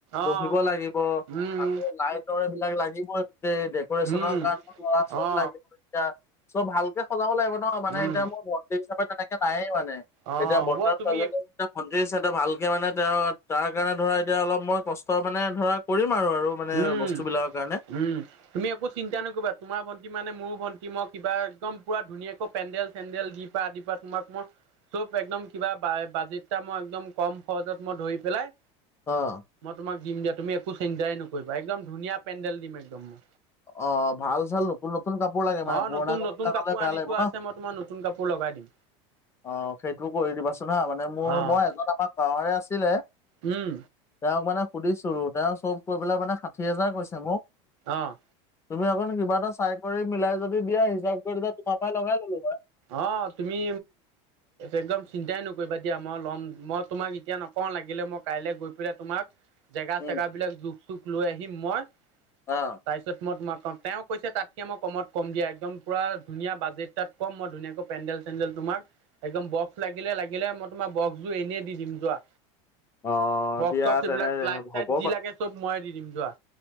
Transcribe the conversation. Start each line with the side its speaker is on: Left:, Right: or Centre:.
Left: বহিব
Right: অ
Left: লাগিব
Right: উম
Left: আকৌ লাইটৰ এইবিলাক লাগিবই তে ডেকৰেচনৰ
Right: উম
Left: কাৰণেও ধৰা চব
Right: অ
Left: লাগিব এতিয়া চব ভালকে সজাব লাগিব। ন' মানে
Right: উম
Left: এতিয়া মোৰ ভন্তিৰ নিচিনাকে তেনেকে নায়ে মানে
Right: অ
Left: এতিয়া বৰতা
Right: হ'ব তুমি
Left: ছোৱালীজনীৰ নিচিনা ভণ্টি ড্ৰেছ এটা ভালকে মানে তেওঁ তাৰ কাৰণে ধৰা এতিয়া অলপ মই কষ্ট মানে ধৰা কৰিম আৰু আৰু মানে
Right: উম
Left: বস্তুবিলাকৰ
Right: -উম
Left: কাৰণে
Right: তুমি একো চিন্তা নকৰিবা তোমাৰ ভ ভণ্টি মানে মোৰো ভন্টি মই কিবা একদম পুৰা ধুনীয়াকৈ পেণ্ডেল- চেণ্ডেল যি পা আদি পৰা তোমাক মই চব একদম কিবা বাজেটটা মই একদম কম খৰজত মই ধৰি পেলাই
Left: অঁ।
Right: মই তোমাক দিম দিয়া তুমি একো চিন্তাই নকৰিবা একদম ধুনীয়া পেণ্ডেল দিম একদম মই।
Left: অঁ ভাল চাল নতুন নতুন কাপোৰ লাগে মানে
Right: অ',
Left: পুৰণা
Right: নতুন
Left: কাপোৰ
Right: নতুন
Left: বিলাক হলে বেয়া
Right: আনি
Left: লাগিব
Right: থোৱা
Left: ন।
Right: আছে মই তোমাৰ নতুন কাপোৰ লগাই দিম
Left: অঁ সেইটো কৰি দিবাচোন হা মানে মোৰ
Right: অ',
Left: মই এজন আমাৰ গাঁৱৰে আছিলে।
Right: উম।
Left: তেওঁক মানে সুধিছো তেওঁ চব কৈ পেলাই মানে ষাঠি হাজাৰ কৈছে মোক।
Right: অ',
Left: তুমি অকন কিবা এটা চাই কৰি মিলাই যদি দিয়া হিচাপ কৰি তোমাৰ পাই লগাই ললো হয়।
Right: অ', তুমি একদম চিন্তাই নকৰিবা দিয়া মই ল'ম মই তোমাক এতিয়া নকওঁ লাগিলে মই কাইলৈ গৈ পেলাই তোমাক জেগা
Left: উম
Right: চেগা বিলাক জোখ চুক লৈ আহিম মই
Left: অ
Right: তাৰপিছত মই তোমাক তেওঁ কৈছে, তাতকে মই কমত কম দিয়া। একদম পুৰা ধুনীয়া বাজেট তাত কম মই ধুনীয়াকৈ পেণ্ডেল চেডেল তোমাৰ একদম বক্স লাগিলে লাগিলে। ই তোমাৰ বক্স জোৰ এনেই দি দিম যোৱা।
Left: অ
Right: বক্স
Left: দিয়া
Right: চক্স
Left: তেনে
Right: এইবিলাক লাইট
Left: হ'ব
Right: চাইট যি লাগে চব মইয়ে দি দিম যোৱা।